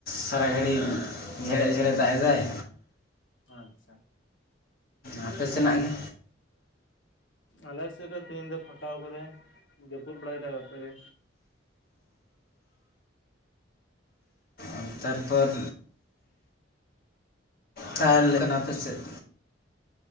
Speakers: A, on the left; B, on the left.
A: ᱥᱟᱨᱟ ᱜᱷᱟᱹᱲᱤᱡ ᱡᱷᱮᱬᱮ ᱡᱷᱮᱬᱮ ᱫᱟᱜ ᱮᱫᱟᱭ᱾
B: ᱟᱪᱪᱷᱟ᱾
A: ᱟᱸᱯᱮ ᱥᱮᱱᱟᱜ ᱜᱮ?
B: ᱟᱞᱮᱥᱮᱫ ᱫᱚ ᱛᱮᱦᱮᱧ ᱫᱚ ᱯᱷᱟᱸᱠᱟ ᱣᱟᱠᱟᱫᱟᱭ, ᱡᱟᱹᱯᱩᱫ ᱵᱟᱲᱟ ᱭᱮᱫᱟᱭ ᱱᱚᱛᱮ ᱜᱮ᱾
A: ᱚᱱᱛᱟᱨᱯᱚᱨ ᱛᱟᱦᱮᱞ ᱞᱮᱠᱟ ᱟᱯᱮᱥᱮᱫ,